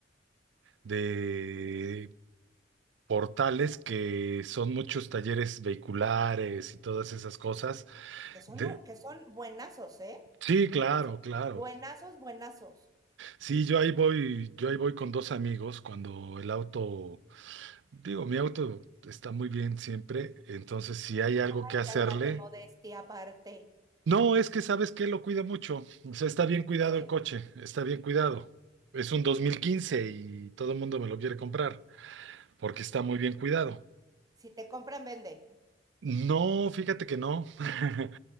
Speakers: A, on the right (about 70°); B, on the right (about 20°).
A: de portales que son muchos talleres vehiculares y todas esas cosas.
B: Que son,
A: De-
B: un- que son buenazos, ¿eh?
A: sí, claro,
B: O sea,
A: claro.
B: buenazos, buenazos.
A: Sí, yo ahí voy, yo ahí voy con dos amigos cuando el auto, digo, mi auto está muy bien siempre, entonces si hay algo que
B: Ay,
A: hacerle.
B: cálmate, modestia aparte.
A: No, es que sabes que lo cuida mucho. O sea, está bien cuidado
B: ¿ok?
A: el coche, está bien cuidado. Es un 2015 y todo el mundo me lo quiere comprar porque está muy bien cuidado.
B: Si te compran, vende.
A: No, fíjate que no. <laughs>